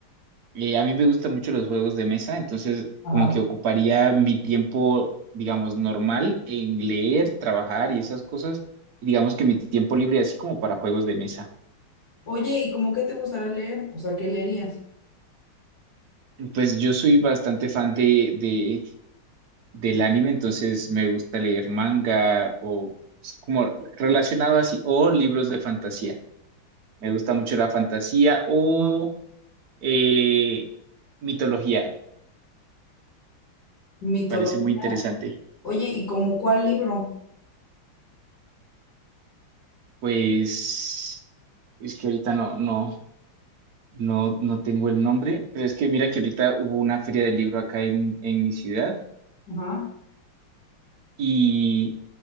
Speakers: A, on the right; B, on the left.
A: eh, a mí me gustan mucho los juegos de mesa, entonces
B: Ajá.
A: como que ocuparía mi tiempo, digamos, normal en leer, trabajar y esas cosas, y digamos que mi tiempo libre así como para juegos de mesa.
B: Oye, ¿y cómo qué te gustaría leer? O sea, ¿qué leerías?
A: Pues yo soy bastante fan de, del anime, entonces me gusta leer manga o como relacionado así, o libros de fantasía. Me gusta mucho la fantasía o
B: Ajá.
A: eh, mitología,
B: Mitología.
A: parece muy interesante.
B: Oye, ¿y como cuál libro?
A: Pues es que ahorita no, no, no, no tengo el nombre, pero es que mira que ahorita hubo una feria del libro acá en, en mi ciudad
B: Ajá.
A: y,